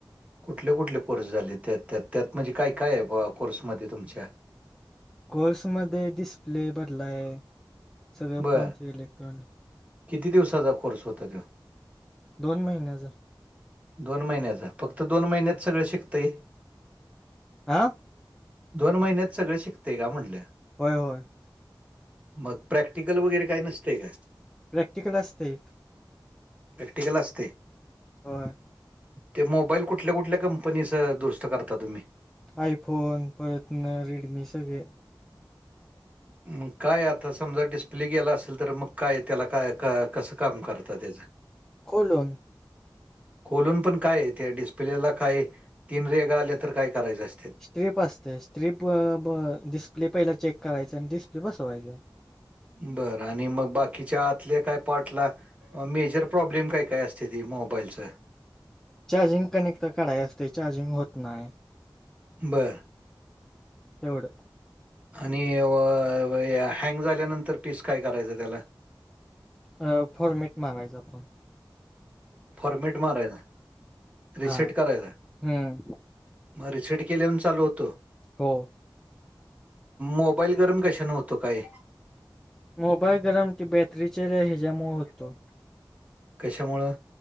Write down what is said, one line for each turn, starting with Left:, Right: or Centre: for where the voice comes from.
Right: कुठले कुठले कोर्स झाले, त्यात त्यात त्यात म्हणजे काय काय आहे बुआ कोर्समध्येध्ये तुमच्या?
Centre: कोर्स मध्ये डिस्प्ले बदलाय, सगळं
Right: बर
Centre: फोनच इलेक्ट्रॉनिक.
Right: किती दिवसाचा कोर्स होता तो?
Centre: दोन महिन्याचा.
Right: दोन महिन्याचा, फक्त दोन महिन्यात सगळं शिकतंय?
Centre: आ?
Right: दोन महिन्यात सगळ शिकतय का म्हनले?
Centre: होय होय.
Right: मग प्रॅक्टिकल वगैरे काय नसत का?
Centre: प्रॅक्टिकल असतय,
Right: प्रॅक्टिकल असते
Centre: होय.
Right: ते मोबाईल कुठल्या कुठल्या कंपनीच, दुरुस्त करता तुम्ही?
Centre: आयफोन परत ना रेडमी सगळे.
Right: म काय आता, समजा डिस्प्ले गेला असेल, तर मग काय त्याला काय का कसं काम करत त्याचं?
Centre: खोलून.
Right: खोलून पण काय, त्या डिस्प्लेला काय, तीन रेगा आल्या तर काय करायच असत?
Centre: स्ट्रीप असत्या, स्ट्रीपवर डिस्प्ले पहिला चेक करायचा आणि डिस्प्ले बसवायचा.
Right: बरं आणि मग बाकीच्या आतल्या काय पार्ट ला? मेजर प्रॉब्लेम काय काय असते ते मोबाईलच?
Centre: चार्जिंग कनेक्ट तर काढाय असते, चार्जिंग होत नाही.
Right: बरं.
Centre: तेवढं.
Right: आणि व य व या हँग झाल्यानंतर पीस, काय करायचं त्याला?
Centre: अ फॉर्मेट मारायचा फोन.
Right: फॉर्मेट मारायचा, रिसेट
Centre: हा
Right: करायचा?
Centre: हम्म
Right: मग रीसेट केल्यावर चालू होतो?
Centre: हो.
Right: मोबाईल गरम कशानं होतो काय?
Centre: मोबाईल गरम की बॅटरीचे ह्याज्यामुळं होतो.
Right: कश्यामुळं